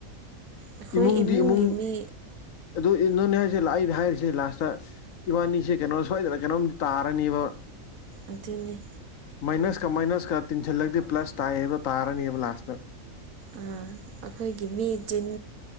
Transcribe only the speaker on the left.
ꯏꯃꯨꯡꯗꯤ
ꯏꯃꯨꯡ
ꯑꯗꯨ ꯏ ꯅꯣꯏꯅꯦ ꯍꯥꯏꯔꯤꯁꯦ ꯑꯩꯅ ꯍꯥꯏꯔꯤꯁꯦ ꯂꯥꯁꯇ ꯏꯕꯥꯅꯤꯁꯦ ꯀꯩꯅꯣ ꯁꯣꯏꯗꯅ ꯀꯩꯅꯣꯝꯗꯤ ꯇꯥꯔꯅꯦꯕ
ꯃꯥꯏꯅꯁꯀ ꯃꯥꯏꯅꯁꯀ ꯇꯤꯟꯁꯤꯜꯂꯒꯗꯤ ꯄ꯭ꯂꯁ ꯇꯥꯏ ꯍꯥꯏꯕ ꯇꯥꯔꯅꯤꯕ ꯂꯥꯁꯇ